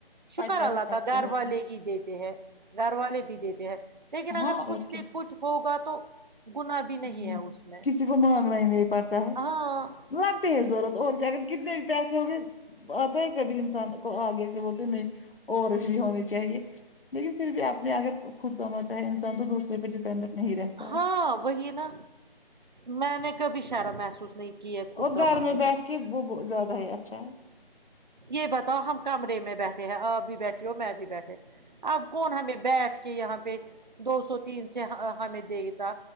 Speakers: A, on the right; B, on the left.
A: شکر
B: پچاس
A: اللہ
B: خرچے
A: کا گھر
B: ہوتے
A: والے ہی دیتے ہیں گھر والے بھی دیتے ہیں لیکن
B: ہیں
A: اگر
B: ہاں
A: خود
B: اور
A: سے کچھ ہوگا تو گنا بھی نہیں
B: ہ
A: ہے اس میں
B: کسی کو مانگنا ہی نہیں پڑتا ہے
A: ہاں
B: لگتے ہیں ضورت اور کیا اگر کتنے بھی پیسے ہو گے آتا ہے کبھی انسان کو آگے سے وہ تو نہیں اور پھرے ہونی چاہیے لیکن پھر بھی آپ نے اگر خود کماتا ہے انسان تو دوسرے پہ ڈیپینڈنٹ نہیں رہتا
A: ہاں
B: ہے
A: وہی نا میں نے کبھی شرا محسوس نہیں کیا ہے خود
B: اور
A: کمانے
B: گھر بیٹھ
A: میں
B: کے وہ زیادہ ہی اچھا ہے
A: یہ بتاؤ ہم کمرے میں بیٹھے ہیں آپ بھی بیٹھی ہو میں بھی بیٹھے اب کون ہمیں بیٹھ کے یہاں پہ دو سو تین سے ہمیں دے دیتا